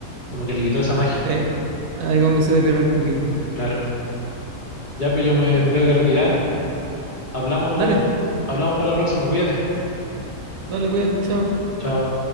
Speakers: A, on the left; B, on the right.
A: Como que le quitó esa magia.
B: Eh, ahí como que se desviaron un poquito.
A: Claro. Ya, pues yo me,
B: Eh,
A: me tengo que retirar. Hablamos,
B: dale,
A: hablamos para la próxima. Cuídate.
B: dale, cuídate, chao.
A: Chao.